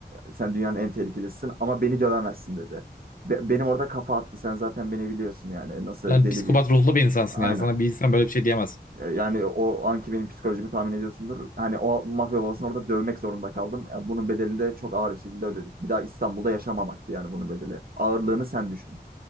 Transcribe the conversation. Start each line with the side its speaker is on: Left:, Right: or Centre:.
Right: Sen dünyanın en tehlikelisin. ama beni dövemezsin dedi. Be- Benim orada kafa attı. Sen zaten beni biliyorsun yani. Nasıl
Left: Yani
Right: deli
Left: psikopat
Right: bir
Left: ruhlu bir insansın
Right: Aynen.
Left: yani. Sana bir insan böyle bir şey diyemez.
Right: E, Yani o anki benim psikolojimi tahmin ediyorsundur. Hani o mafya babasını orada dövmek zorunda kaldım. E, Bunun bedelini de çok ağır bir şekilde ödedik. Bir daha İstanbul'da yaşamamaktı yani bunun bedeli. Ağırlığını sen düşün.